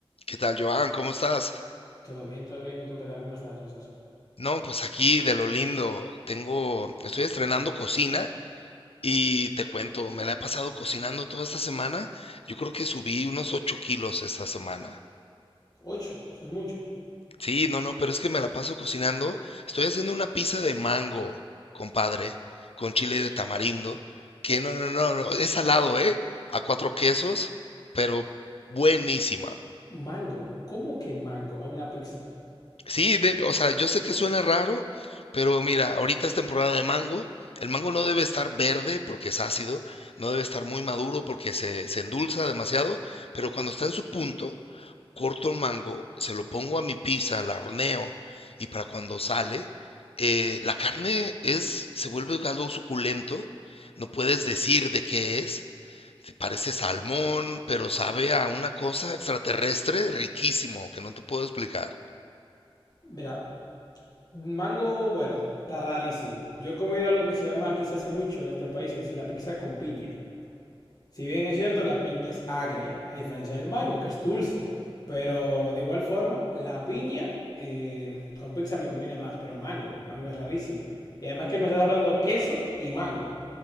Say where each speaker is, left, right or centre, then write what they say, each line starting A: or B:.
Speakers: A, on the left; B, on the left.
A: ¿Qué tal, Joan? ¿Cómo estás?
B: Todo bien, todo bien. ¿Y tú qué tal? ¿Cómo estás, Francés?
A: No, pues aquí de lo lindo, tengo, estoy estrenando cocina y te cuento, me la he pasado cocinando toda esta semana. Yo creo que subí unos 8 kilos esta semana.
B: Ocho, eso es mucho.
A: Sí, no, no, pero es que me la paso cocinando. Estoy haciendo una pizza de mango, compadre, con chile de tamarindo, que no, no, no, no, es salado, ¿eh? A cuatro quesos, pero buenísima.
B: Mango, ¿cómo que mango a una pizza?
A: Sí, de o sea, yo sé que suena raro, pero mira, ahorita es temporada de mango. El mango no debe estar verde porque es ácido, no debe estar muy maduro porque se, se endulza demasiado, pero cuando está en su punto, corto el mango, se lo pongo a mi pizza, la horneo, y para cuando sale, eh, la carne es, se vuelve algo suculento, no puedes decir de qué es, te parece salmón, pero sabe a una cosa extraterrestre riquísimo que no te puedo explicar.
B: Mira, mango, bueno, está rarísimo. Yo he comido algo que se llama aquí se hace mucho en este país, es la pizza con piña. Si bien es cierto, la piña es agria, a diferencia del mango, que es dulce. Pero de igual forma, la piña eh, con pizza me combina más, pero mango, mango es rarísimo. Y además que me estás hablando queso y mango.